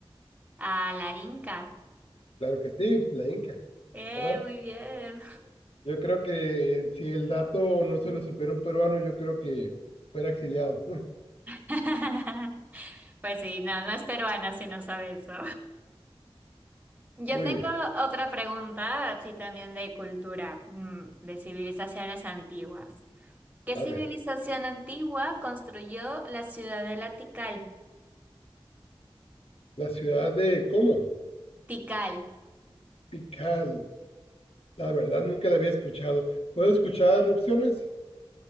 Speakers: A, on the right; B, on the left.
A: A la Inca.
B: Claro que sí, la Inca,
A: Eh,
B: ¿verdad?
A: muy bien.
B: Yo creo que si el dato no se lo supiera un peruano, yo creo que fuera exiliado.
A: <laughs> Pues sí, no, no es peruana si no sabe eso. Yo
B: <laughs> Muy
A: tengo
B: bien,
A: otra pregunta, así también de cultura, mm, de civilizaciones antiguas. ¿Qué
B: a
A: civilización
B: ver,
A: antigua construyó la ciudadela Tikal?
B: la ciudad de ¿cómo?
A: Tikal.
B: Tikal La verdad, nunca la había escuchado. ¿Puedo escuchar opciones?